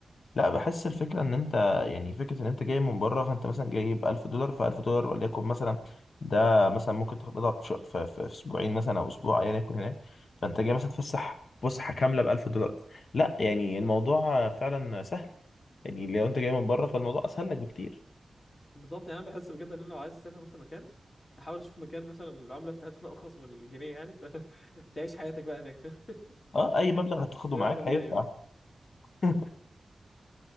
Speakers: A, on the left (about 60°); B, on the left (about 25°).
A: لا بحس الفكره ان انت يعني فكره ان انت جاي من بره فانت مثلا جايب 1000 دولار ف 1000 دولار وليكن مثلا ده مثلا ممكن تقبضها في, ش... في, في, في اسبوعين مثلا او اسبوع ايا يكن هناك فانت جاي مثلا تفسح فسحه كامله ب 1000 دولار لا يعني الموضوع فعلا سهل يعني لو انت جاي من بره فالموضوع اسهل لك بكتير
B: بالظبط يعني انا بحس بجد ان انا لو عايز اسافر مثلا مكان احاول اشوف مكان مثلا العمله بتاعتهم <laughs> ارخص من الجنيه يعني فتعيش <laughs> حياتك بقى هناك <laughs>
A: اه اي مبلغ
B: بس
A: هتاخده
B: يابا
A: معاك
B: نلاقي
A: هينفع
B: بقى
A: <laughs>